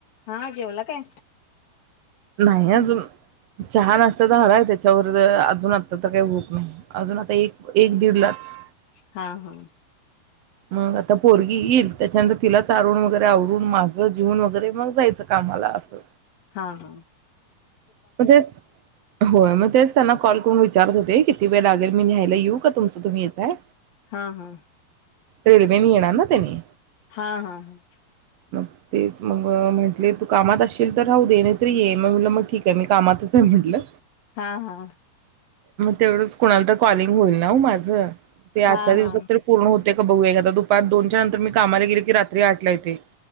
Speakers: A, on the left (about 65°); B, on the right (about 80°).
A: हा जेवला काय?
B: नाही अजून चहा नाश्ता झालाय त्याच्यावर जरा अजून आता तर काही भूक नाही अजून आता एक एक दीडलाच....
A: हा हा
B: मग आता पोरगी येईल त्याच्यानंतर तिला चारून वगैरे आवरून माझं जेऊन वगैरे मग जायचं कामाला असं.....
A: हा ह....
B: मग तेच होय मग तेच त्यांना कॉल करून विचारत होते किती वेळ लागेल मी न्यायला येऊ का तुमच तुम्ही येताय......
A: हा हा
B: रेल्वेनी येणार ना त्यांनी.
A: हा हा ह
B: मग तेच मग म्हंटले तू कामात असशील तर राहू दे नाहीतरी ये. मग म्हटलं मग ठीक ए... कामातच हाय म्हटलं!
A: हा हा
B: मग तेवढंच कोणाला तर कॉलिंग होईल ना ओ माझ ते आजच्या
A: हा
B: दिवसात
A: हा
B: तर पूर्ण होतय का बघू एकाद दु पार दोनच्या नंतर मी कामाला गेले की रात्री आठ ला येते